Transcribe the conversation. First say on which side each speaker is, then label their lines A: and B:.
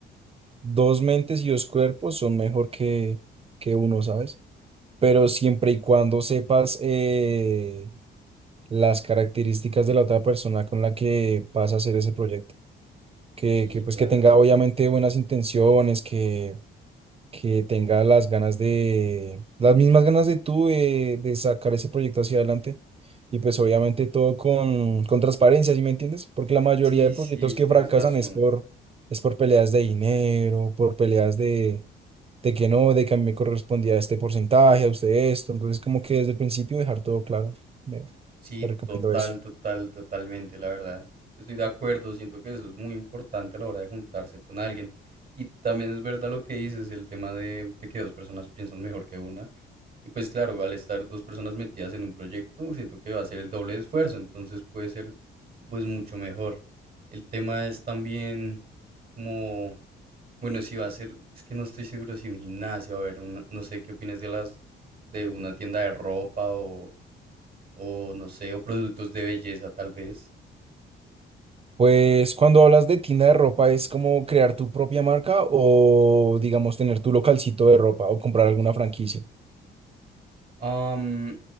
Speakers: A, on the right (about 30°); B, on the right (about 50°).
A: dos mentes y dos cuerpos son mejor que, que uno, ¿sabes? Pero siempre y cuando sepas... Eh, las características de la otra persona con la que vas a hacer ese proyecto. Que,
B: Sí,
A: que
B: claro.
A: pues que tenga obviamente buenas intenciones, que, que tenga las ganas de, las mismas ganas de tú de, de sacar ese proyecto hacia adelante. Y pues obviamente todo con, con transparencia, ¿sí me entiendes? Porque la mayoría
B: Sí,
A: de proyectos
B: sí,
A: que
B: tienes
A: fracasan
B: razón.
A: es por, es por peleas de dinero, por peleas de, de que no, de que a mí me correspondía este porcentaje, a usted esto. Entonces como que desde el principio dejar todo claro. Me-
B: Sí,
A: Te recomiendo
B: total,
A: eso.
B: total, totalmente, la verdad. Estoy de acuerdo, siento que eso es muy importante a la hora de juntarse con alguien. Y también es verdad lo que dices, el tema de, de que dos personas piensan mejor que una. Y pues claro, al estar dos personas metidas en un proyecto, siento que va a ser el doble de esfuerzo, entonces puede ser pues mucho mejor. El tema es también como, bueno, si va a ser, es que no estoy seguro si un gimnasio, a ver, una- no sé qué opinas de las, de una tienda de ropa o, o no sé, o productos de belleza tal vez.
A: Pues cuando hablas de tienda de ropa, ¿es como crear tu propia marca o digamos tener tu localcito de ropa o comprar alguna franquicia?
B: Am,